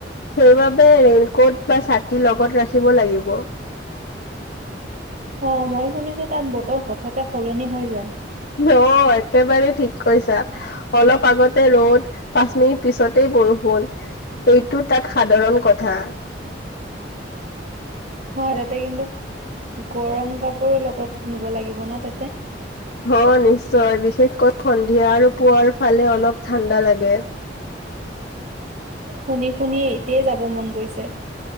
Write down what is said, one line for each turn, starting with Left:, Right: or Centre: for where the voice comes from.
Left: সেইবাবে ৰেইনকোট বা ছাতি লগত ৰাখিব লাগিব
Right: অ মই শুনিছো তাত বতৰ হঠাতে সলনি হৈ যায়
Left: অ একেবাৰে ঠিক কৈছা অলপ আগতে ৰদ পাঁচ মিনিট পিছতে বৰষুণ এইটোত তাত সাধাৰণ কথা।
Right: উ হয় তাতে কিন্তু গৰম কাপোৰো লগত নিব লাগিব ন তাতে
Left: অ নিশ্চয় বিশেষকৈ সন্ধিয়া আৰু পুৱাৰ ফালে অলপ ঠাণ্ডা লাগে
Right: শুনি শুনি এতিয়াই যাব মন গৈছে।